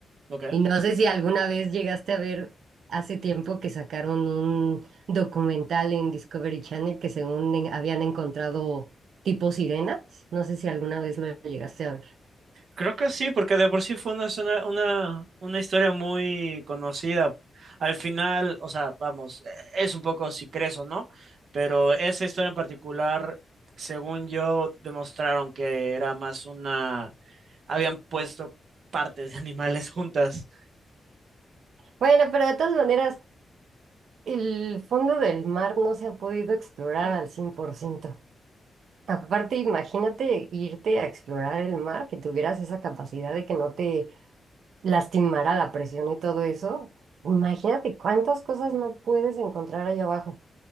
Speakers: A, on the right (about 60°); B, on the right (about 85°).
A: Ok.
B: y no sé si alguna vez llegaste a ver hace tiempo que sacaron un documental en Discovery Channel que según en- habían encontrado tipo sirenas, no sé si alguna vez lo llegaste a ver.
A: Creo que sí, porque de por sí fue una, zona- una, una historia muy conocida. Al final, o sea, vamos, eh, es un poco si crees o no, pero esa historia en particular, según yo, demostraron que era más una... Habían puesto partes de animales juntas.
B: Bueno, pero de todas maneras El fondo del mar no se ha podido explorar al 100%. Aparte, imagínate irte a explorar el mar, que tuvieras esa capacidad de que no te lastimara la presión y todo eso. Imagínate cuántas cosas no puedes encontrar allá abajo.